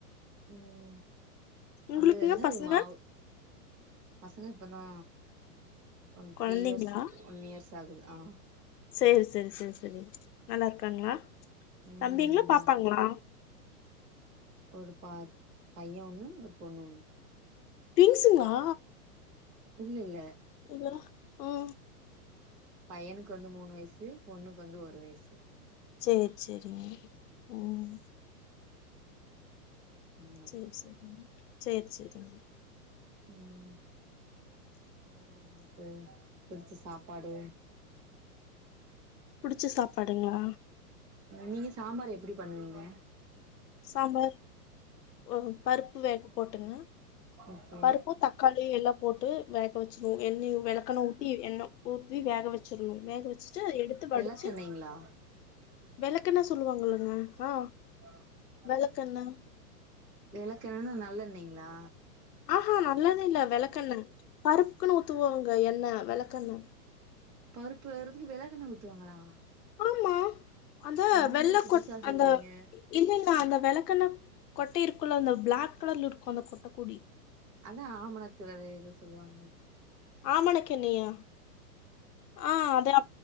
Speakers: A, on the right; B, on the left.
A: ம்
B: உங்களுக்குங்க
A: அது என்னது
B: பசங்க
A: மாவு பசங்க இப்பந்தா ஒன்,
B: கொழந்தைங்களா
A: த்ரீ இயர்ஸ், ஒன் இயர்ஸ் ஆகுது ஆ
B: சரி சரி சரி சரி நல்லாருக்காங்களா
A: ம்
B: தம்பிங்களா,
A: நல்லாரு
B: பாப்பாங்களா
A: ஒரு பா பைய ஒன்னு, ஒரு பொண்ணு ஒன்னு
B: டின்ஸ்ங்களா
A: இல்லல்ல
B: இவ்ளலா அ
A: பையனுக்கு வந்து மூணு வயிசு, பொண்ணுக்கு வந்து ஒரு வயிசு
B: சேர் சேரிங்க ம்
A: இந்த மாரி
B: சேரி சேரிங்க சேரி சேரிங்க
A: ம் வேற உங்களுக்கு பிடிச்ச சாப்பாடு
B: புடிச்ச சாப்பாடுங்களா
A: நீங்க சாம்பார் எப்டி பண்ணுவீங்க
B: சாம்பார் ஒ பருப்பு வேக போட்டுங்க
A: ஓகே
B: பருப்பு, தக்காளி எல்லா போட்டு வேக வச்சுரு எண்ணெய வெளக்கண்ண ஊத்தி எண்ண ஊத்தி வேக வச் சுருவோ வேக வச்சுட்டு எடுத்து வடிச்சு
A: வெளக்கெண்ணெய்ங்களா
B: வெளக்கெண்ண சொல்லுவாங்கல்லங்க ஆ
A: <unintelligible>
B: நல்லாக்குங்க
A: வெளக்கெண்ண நல்லெண்ணய்ங்ளா
B: ஆ ஆ நல்லெண்ண இல்ல வெளக்கெண்ண பருப்புக்குன் ஊத்துவாங்க எண்ணெ வெளக்கெண்ண
A: பருப்பு வேவ்றதுக்கு வெளக்கெண்ண ஊத்துவாங்களா
B: ஆமா அந்த
A: என்னங்க
B: வெல்ல
A: புதுசா
B: கொட்
A: சொல்றீங்க
B: அந்த இல்லல்ல அந்த வெளக்கெண்ண கொட்ட இருக்குல்ல அந்த பிளாக் கலர்லருக்கு அந்த கொட்ட குடி
A: அதா ஆமணுக்கு வெத எதோ சொல்வாங்ளே
B: ஆமணுக்கெண்ணயா ஆ அத